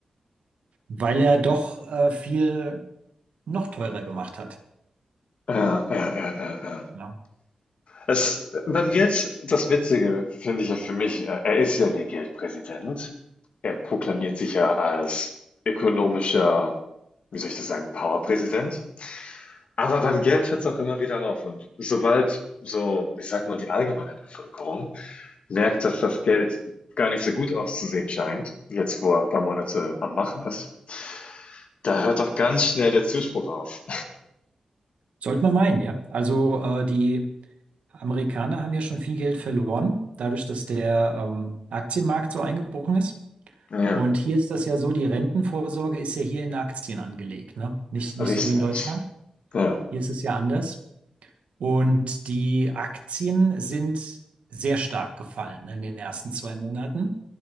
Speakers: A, on the right; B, on the left.
A: weil er doch äh, viel noch teurer gemacht hat.
B: Ja, ja, ja, ja, ja.
A: Ja.
B: Es, beim Jetzt, das Witzige finde ich ja für mich, äh, er ist ja der Geldpräsident. Er proklamiert sich ja als ökonomischer wie soll ich das sagen, Powerpräsident. Aber beim Geld hört es auch immer wieder auf. Und sobald so, ich sag mal, die allgemeine Bevölkerung merkt, dass das Geld gar nicht so gut auszusehen scheint, jetzt wo er ein paar Monate am Machen ist, da hört doch ganz schnell der Zuspruch auf.
A: Sollte man meinen, ja. Also, äh, die Amerikaner haben ja schon viel Geld verloren, dadurch, dass der ähm, Aktienmarkt so eingebrochen ist.
B: Ja,
A: Und hier ist das ja so, die Rentenvorsorge ist ja hier in Aktien angelegt, ne? Nicht,
B: richtig.
A: nicht so wie in Deutschland.
B: Ja.
A: Hier ist es ja anders. Und die Aktien sind sehr stark gefallen, ne, in den ersten zwei Monaten.